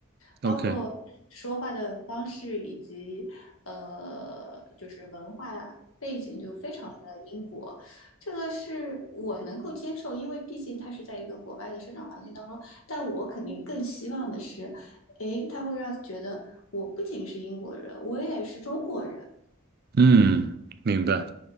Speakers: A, on the left; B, on the right.
A: 包括说话的方式以及呃，
B: ，OK，
A: 就是文化背景就非常的英国，这个是我能够接受，因为毕竟他是在一个国外的生长环境当中，但我肯定更希望的是，诶，他会让觉得我不仅是英国人，我也是中国人。
B: 嗯，明白。